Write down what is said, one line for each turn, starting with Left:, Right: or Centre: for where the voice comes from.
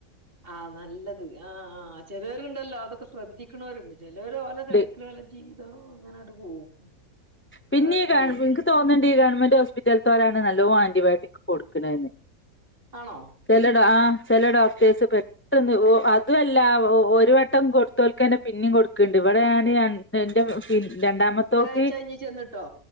Right: ആഹ് നല്ലത് ആ ആഹ്‌ ചെലോര്ണ്ടല്ലോ അതൊക്കെ ശ്രദ്ധിക്ക്‌ണോര്ണ്ട് ചെലോരോലെ തെര്ക്ക്
Left: ണ്ട്
Right: ഓലെ ജീവിതം അങ്ങനണ്ട് പോവും
Left: പിന്നെ
Right: അത് നന്നായി
Left: ഈ ഗ
Right: ഏതായാലും
Left: നിക്ക് തോന്നുണ്ട് ഈ ഗവൺമെന്റ് ഹോസ്പിറ്റൽത്തോരാണ് നല്ലോ ആന്റിബയോട്ടിക് കൊടുക്കണന്ന്
Right: ആണോ
Left: ചെലെ ട ആഹ് ചെലേ ഡോക്ടേഴ്സ് പെ അതുഅല്ല ഒരു വട്ടം കൊടുത്തോൽക്കന്നെ പിന്നിം കൊട് ക്ക്‌ണ്ട്. വടെ ഞാന് എന്റെ പി രണ്ടാമത്തോക്ക്
Right: ഒരാഴ്ച കഴിഞ്ഞ് ചെന്നിട്ടോ